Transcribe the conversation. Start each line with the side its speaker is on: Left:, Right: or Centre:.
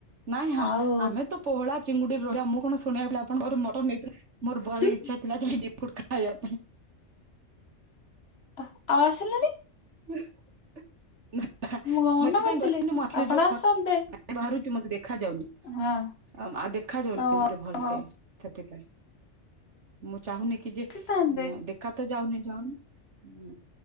Right: ନାଇଁ ଆ
Left: ଆଉ
Right: ଆମେ ତ ପୋହଳା, ଚିଙ୍ଗୁଡି, ରୋହି ଆଉ ମୁଁ କଣ ଶୁଣିବାକୁ ଆପଣଙ୍କର ମଟନ୍ ହେଇଥିଲା ମୋର ଭାରି
Left: ହୁଁ
Right: ଇଚ୍ଛା ଥିଲା ଯାଇ <unintelligible> ଖାଇବା ପାଇଁ।
Left: ଆ-ଆଉ ଆସିଲେନି?
Right: <unintelligible> ମୁଁ
Left: କଣ ମନା
Right: ଏଥିପାଇଁ
Left: କରିଥିଲି
Right: ଗଲିନି ମୋ ଆଖିରେ
Left: ଆପଣ
Right: ଯୋଉ ଖ
Left: ଆସନ୍ତେ
Right: ବାହାରୁଚି ମତେ ଦେଖା ଯାଉନି
Left: ହଁ
Right: ଆଉ ଦେଖା ଯାଉନି
Left: ଓହୋ
Right: ମତେ ଭଲସେ। ସେଥିପାଇଁ ମୁଁ ଚାହୁଁନି କି ଯେ ଏ
Left: ଆସିଥାନ୍ତେ
Right: ଦେଖା ତ ଯାଉନି ଯାଉନି ହୁଁ